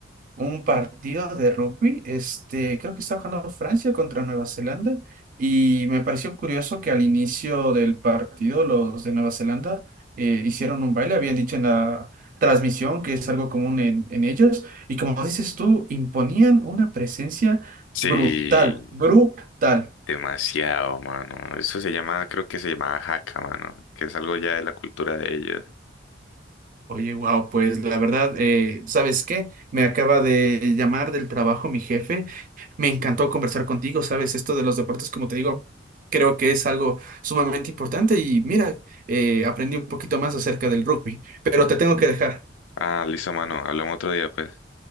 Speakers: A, on the right (about 45°); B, on the left (about 85°).
A: un partido de rugby, este, creo que estaba jugando Francia contra Nueva Zelanda, y me pareció curioso que al inicio del partido los de Nueva Zelanda eh, hicieron un baile, habían dicho en la transmisión que es algo común en, en ellos, y como dices tú, imponían una presencia
B: Sí,
A: brutal, brutal.
B: demasiado, mano. Eso se llama, creo que se llama jaca, mano, que es algo ya de la cultura de ellos.
A: Oye, wow, pues la verdad, eh, ¿sabes qué? Me acaba de llamar del trabajo mi jefe. Me encantó conversar contigo, ¿sabes? Esto de los deportes, como te digo, creo que es algo sumamente importante y mira, eh, aprendí un poquito más acerca del rugby, pero te tengo que dejar.
B: Ah, listo, mano. Hablamos otro día, pues.